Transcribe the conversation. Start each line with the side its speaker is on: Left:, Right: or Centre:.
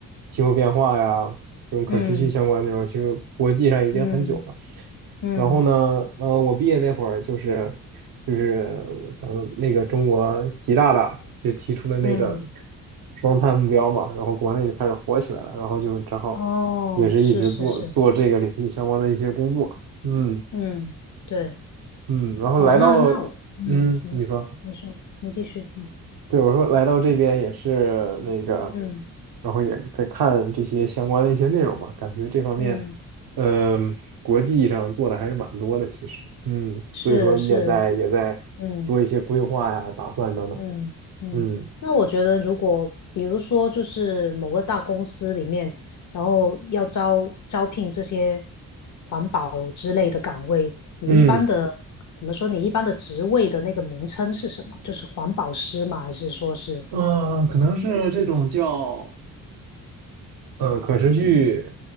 Right: 气候变化呀这种可持续相关内容，
Left: 嗯
Right: 其实国际上已经很久了。
Left: 嗯嗯
Right: 然后呢，呃，我毕业那会儿就是就是呃那个中国习大大就提出了那个
Left: 嗯，
Right: 双碳目标嘛，然后国内就开始火起来了，然后就正好也是一直做做这个领域相关的一些工作，
Left: 哦，是是是，
Right: 嗯
Left: 嗯，对，
Right: 嗯，然后来到嗯，
Left: 哦，那那我嗯，您请，
Right: 你说。
Left: 您说，您继续，嗯
Right: 对，我说来到这边也是那个，
Left: 嗯。
Right: 然后也在看这些相关的一些内容嘛，感觉这方面，
Left: 嗯，
Right: 嗯、国际上做的还是蛮多的，其实，嗯，
Left: 是是，
Right: 所以说也在也在做一些规划呀、
Left: 嗯
Right: 打算等等，
Left: 嗯嗯。
Right: 嗯
Left: 那我觉得，如果比如说，就是某个大公司里面，然后要招招聘这些环保之类的岗位，你一般的
Right: 嗯
Left: 怎么说？你一般的职位的那个名称是什么？就是环保师吗？还是说是？
Right: 嗯，呃可能是这种叫呃可持续